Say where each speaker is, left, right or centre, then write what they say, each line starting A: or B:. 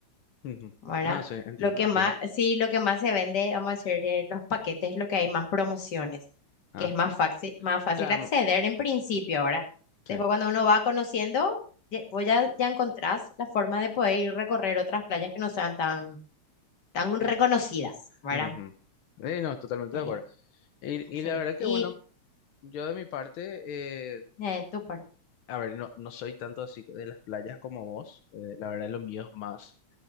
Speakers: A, on the left; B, on the left.
A: Ujú.
B: ¿verdad?
A: No, sí, entiendo,
B: Lo que
A: entiendo.
B: más, sí, lo que más se vende, vamos a decir, de los paquetes es lo que hay más promociones,
A: Ah,
B: que es más fácil, más fácil
A: claro,
B: acceder en principio, ¿verdad?
A: sí
B: Después cuando uno va conociendo, ya- vos ya, ya encontrás la forma de poder ir recorrer otras playas que no sean tan, tan reconocidas, ¿verdad?
A: Ujú. Eh, no, totalmente
B: Sí,
A: de acuerdo. Y,
B: sí.
A: y la verdad que,
B: Y
A: bueno, yo de mi parte, eh,
B: eh, tu parte,
A: a ver, no, no soy tanto así de las playas como vos. eh, la verdad, lo mío es más